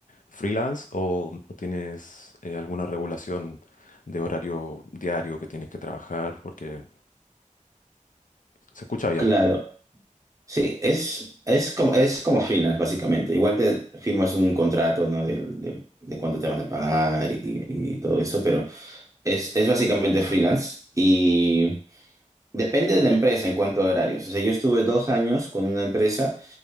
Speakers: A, on the left; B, on the right.
A: freelance o, o tienes eh, alguna regulación de horario diario que tienes que trabajar? Porque se escucha bien.
B: Claro, sí, es, es como, es como freelance básicamente. Igual te firmas un contrato, ¿no? De, de, de cuánto te van a pagar y, y todo eso, pero es, es básicamente freelance y depende de la empresa en cuanto a horarios. O sea, yo estuve dos años con una empresa